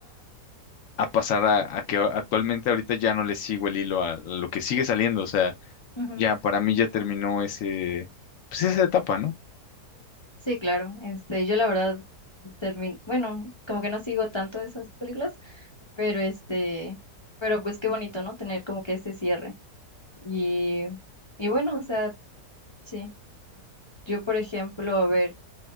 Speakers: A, on the left; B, on the left.
A: a pasar a, a que actualmente ahorita ya no le sigo el hilo a, a lo que sigue saliendo. O sea,
B: Ujú.
A: ya para mí ya terminó ese, pues esa etapa, ¿no?
B: Sí, claro. Este, yo la verdad termin bueno, como que no sigo tanto esas películas, pero este, pero pues qué bonito, ¿no? Tener como que ese cierre. Y, y bueno, o sea, sí. Yo, por ejemplo, a ver.